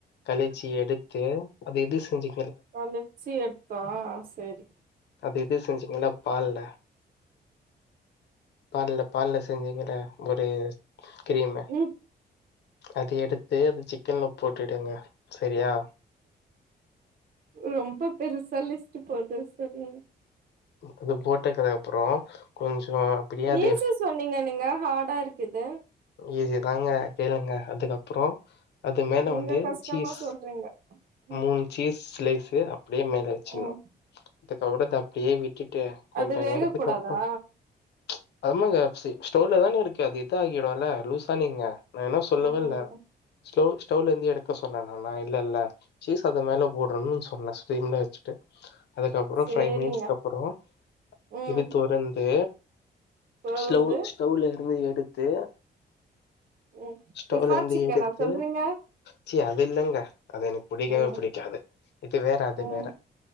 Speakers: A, on the left (about 70°); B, on the right (about 50°).
A: கலைச்சி எடுத்து அது எது செஞ்சு
B: ஆலச்சி எடுத்தா சேரி
A: அது இது செஞ்சீங்கல்ல பால்ல பால்ல பால்ல செஞ்சேங்கல ஒரு கிரீமு
B: ம்
A: அது எடுத்து அந்த சிக்கன்ல போட்டுங்க சேரியா
B: ரொம்ப பெருச லிஸ்ட் போது சேரிங்க
A: அது போட்டக்கதுக்கு அப்பறோ கொஞ்சோ அப்படியே அது
B: ஈசியா சொன்னீங்க நீங்க ஹாடா இருக்குது
A: ஈஸி தாங்க கேளுங்க அதுக்கப்பறோ அப்பறோ அது மேல
B: நீங்க
A: வந்து
B: கஷ்டமா
A: சீஸ்
B: சொல்றீங்க ம்
A: மூ சீஸ் லேசு அப்டியே மேலச்சு
B: ம்
A: சோ அதுக்கப்பறோ அப்படியே விட்டுட்டு கொஞ்ச
B: அது வேக
A: நேரத்துக்கு
B: கூடாதா
A: அப்பறோ <unintelligible> ஸ்டோர்ல தானே இருக்கு அது இது ஆகிடு என்ன லூஸா நீங்க நா என்னு சொல்லவே
B: ம்
A: இல்ல ஸ்டவ் ஸ்டவ்ல இருந்து எடுக்க சொன்னே நா இல்ல இல்ல சீஸ் அத மேல போடுறும்னு சொன்னே ஸரீம்ல வச்சுட்டு அதுக்கப்பறோ
B: சேரிங்க
A: ஃபைவ் மினிட்ஸ்க்க அப்புறம்
B: ம்
A: இது திறந்து
B: பொருந்து
A: ஸ்லவ் ஸ்டவ்ல இருந்து எடுத்து
B: ம்
A: ஸ்டோவ்
B: இஃபா
A: ல இருந்து
B: சிக்கனா
A: எடுத்து
B: சொல்றீங்க
A: சி அது இல்லங்க அது எனக்கு பிடிக்கவே
B: ம்
A: பிடிக்காது இது வேற அது
B: ம்
A: வேற